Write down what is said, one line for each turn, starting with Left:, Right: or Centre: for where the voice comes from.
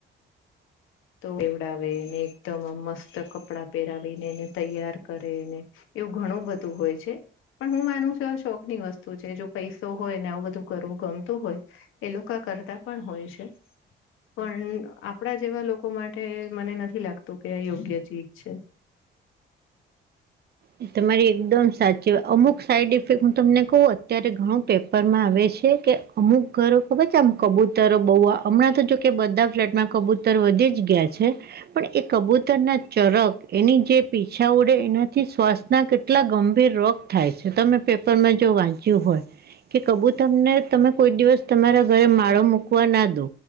Left: તો એવડાવેને એકદમ આ મસ્ત કપડાં પહેરાવીને એને તૈયાર કરેને. એવું ઘણું બધું હોય છે. પણ હું માનું છું આ શોખ ની વસ્તુ છે જો પૈસો હોય ને આવું બધું કરવું ગમતું હોય. એ લોકો કરતા પણ હોય છે, પણ આપણા જેવા લોકો લોકો માટે મને નથી લાગતું કે આ યોગ્ય ચીજ છે.
Right: એ તમારી એકદમ સાચી અમુક સાઈડ ઇફેક્ટ હું તમને કહું અત્યારે ઘણું પેપરમાં આવે છે કે અમુક ઘરો ખબર છે આમ કબૂતરો બહુ હમણાં તો જોકે બધા ફ્લેટમાં કબૂતર વધી જ ગયા છે. પણ એ કબૂતર ના ચરક એની જે પીછા ઉડે એના થી શ્વાસના કેટલા ગંભીર રોગ થાય છે તમે પેપરમાં જો વાંચ્યું હોય. કે કબુતમને તમે કોઈ દિવસ તમારા ઘરે માળો મૂકવા ના દો.